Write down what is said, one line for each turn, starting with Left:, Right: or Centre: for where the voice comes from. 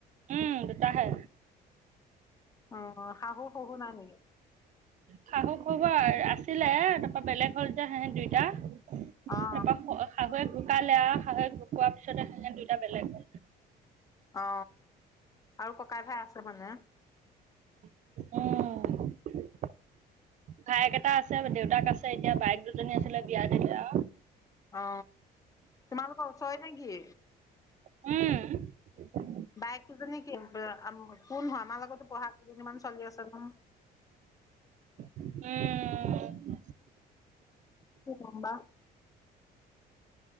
Right: উম দুটা হে
Left: অ শাহু শহু নাই নেকি
Right: শাহু শহু আছিলে তাৰপৰা বেলেগ হ'ল যে হেহে দুইটা তাৰাপা
Left: অ অ
Right: শাহুৱে ঢুকালে শাহুৱেক ঢুকোৱা পিছতে সিহঁত দুইতটা বেলেগ হয়।
Left: অ আৰু ককাই ভাই আছে মানে
Right: উম ভায়েক এটা আছে দেউতাক আছে এতিয়া বাইক দুজনী আছিলে বিয়া দিলে আৰু
Left: অ তোমালোকৰ ওচৰে নেকি
Right: উম
Left: বাই কেইজনী কি কোন আমাৰ লগতো পঢ়া কেইজনীমান চলি আছে ন <inaudible>
Right: উম
Left: কোনোবা